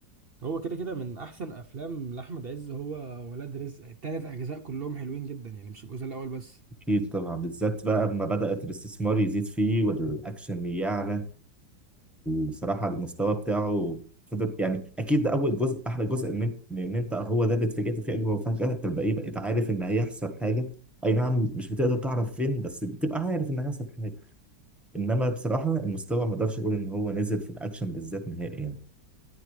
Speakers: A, on the right (about 50°); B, in the centre.
A: هو كده كده من احسن افلام لاحمد عز هو ولاد رزق التلات اجزاء كلهم حلوين جدا يعني مش الجزء الاول بس
B: اكيد طبعا بالذات بقى اما بدات الاستثمار يزيد فيه والاكشن يعلى بصراحه المستوى بتاعه فضل يعني اكيد ده اول جزء احلى جزء ان انت ان انت هو ده اللي اتفاجئت فيه اجمل مفاجاه انت الباقي بقيت عارف ان هيحصل حاجه اي نعم مش بتقدر تعرف فين بس بتبقى عارف ان هيحصل حاجه انما بصراحه المستوى ما اقدرش اقول ان هو نزل في الاكشن بالذات نهائي يعني